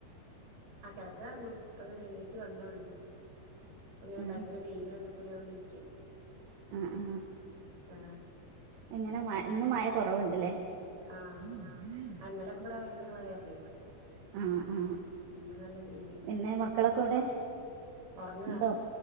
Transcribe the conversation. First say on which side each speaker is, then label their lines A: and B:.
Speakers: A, on the right; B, on the right.
A: ആ കിടക്കാർന്നു ഇപ്പങ്ങട്ട് എണീറ്റു വന്നോള്ളു ഇപ്പ ഇങ്ങനെ
B: ആ
A: ഭയങ്കര വെയിലുകണ്ടപ്പൊ ഇങ്ങനെ വന്നിരിക്കാ
B: ആ ആ
A: ആ
B: എങ്ങനെ മ ഇന്ന് മയ കൊറവുണ്ടല്ലേ
A: ആഹ്
B: ഇന്നലെ
A: ആഹ് ഇന്നലൊക്കെ ഇവിടെ ഭയങ്കര
B: കൂടെ
A: മഴയാർന്നേ
B: ഇവിടെ മഴയാർന്നു ആ ആ
A: ഇന്ന് നല്ല വെയില്
B: പിന്നെ മക്കളൊക്കെവിടെ
A: ഉറങ്ങുവ
B: ഉണ്ടോ